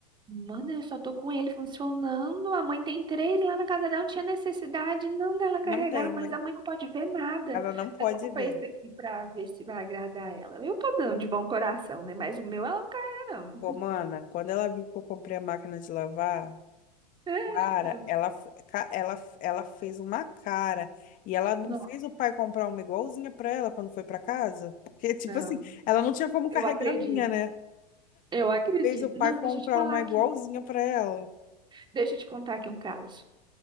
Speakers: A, on the right; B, on the left.
A: Mana, eu só tô com ele funcionando. A mãe tem três lá na casa dela, não tinha necessidade não dela carregar,
B: Não tem,
A: mas
B: mãe.
A: a mãe não pode ver nada.
B: Ela não pode
A: Aí eu comprei
B: ver.
A: esse aqui pra ver se vai agradar ela. Eu tô dando de bom coração, né? Mas o meu ela não carrega,
B: Pô,
A: não.
B: mana, quando ela viu que eu comprei a máquina de lavar,
A: <laughs>
B: cara, ela, f- ca- ela, ela fez uma cara. E ela não
A: Não,
B: fez o pai comprar uma igualzinha pra ela quando foi pra casa. <laughs> Porque, tipo
A: não,
B: assim, ela não tinha como carregar
A: eu acredito.
B: a minha, né?
A: Eu acredito.
B: Fez o pai
A: Não, deixa
B: comprar
A: eu te falar
B: uma
A: aqui.
B: igualzinha pra ela.
A: Deixa eu te contar aqui um caso.